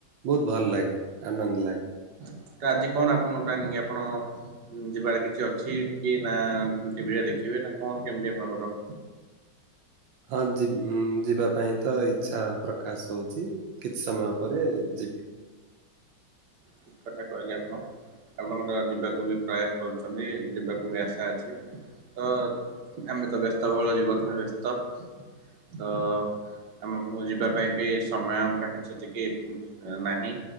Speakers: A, on the right (about 80°); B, on the right (about 65°).
A: ବହୁତ ଭଲ ଲାଗେ, ଆନନ୍ଦ ଲାଗେ।
B: ଆ । ତ ଆଜି କଣ ଆପଣଙ୍କ ପ୍ଲାନିଂ? ଆପଣ ଯିବାର କିଛି ଅଛି କି, ନା ଟିଭିରେ ଦେଖିବେ । ଡେ ଟା କଣ କେମିତି ଆପଣଙ୍କର <inaudible>
A: ହଁ ଯିବ୍ ଉମ୍ ଯିବା ପାଇଁ ତ ଇଚ୍ଛା ପ୍ରକାଶ ହଉଚି କିଛି ସମୟ ପରେ ଦିବି ।
B: ଠିକ୍ କଥା କହିଲେ ଆପଣ। <inaudible> ଆପଣଙ୍କର ଯିବାକୁ ବି ପ୍ରୟାସ କରୁଛନ୍ତି, ଯିବାକୁ ବି ଆଶା ଅଛି। ତ ଆମେ ତ ବ୍ୟସ୍ତବହୁଳ ଜୀବନରେ ବ୍ୟସ୍ତ। <inaudible> ତ ଆମ ମୁଁ ଯିବା ପାଇଁ ବି ସମୟ ଆମ ପାଖରେ ସେତିକି ନାହିଁ।